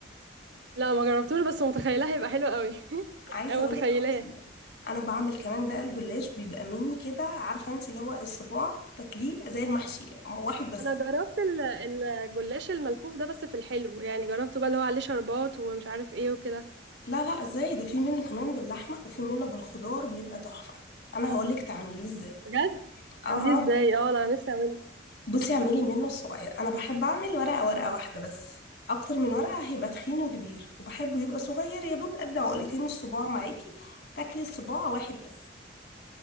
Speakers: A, on the right; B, on the left.
A: لا ما جربتوش بس متخيلاه هيبقى حلو قوي <laughs>
B: عايزة
A: انا
B: اقولك
A: متخيلاه
B: خطير انا بعمل كمان بقى الجلاش بيبقى ميني كده عارفة انت اللي هو الصباع تاكليه زي المحشي واحد بس
A: انا جربت ال- الجلاش الملفوف ده بس في الحلو يعني جربته بقى اللي هو عليه شربات ومش عارف ايه وكده
B: لا لا ازاي ده في منه كمان باللحمة وفي منه بالخضار بيبقى تحفة انا هقولك تعمليه ازاي
A: بجد
B: اها
A: بتعمليه ازاي اه انا نفسي اعمله
B: بصي اعملي منه الصغير انا بحب اعمل ورقة ورقة واحدة بس اكتر من ورقة هيبقى تخين وكبير وبحبه يبقى صغير يا دوب قد عقلتين الصباع معاكي تاكلي الصباع واحد بس